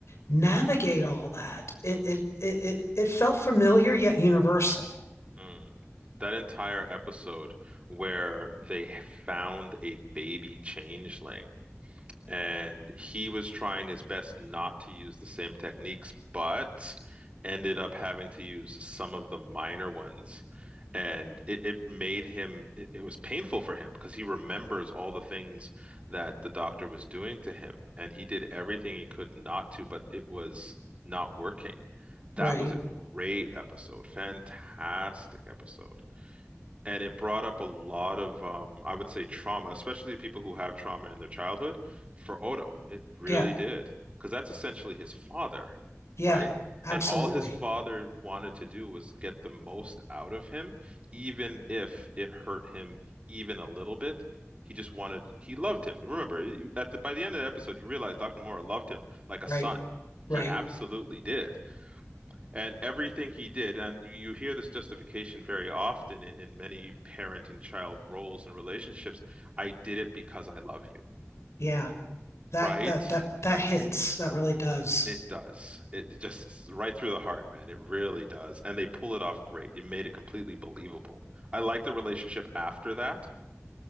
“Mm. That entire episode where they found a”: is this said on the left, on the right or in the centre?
Right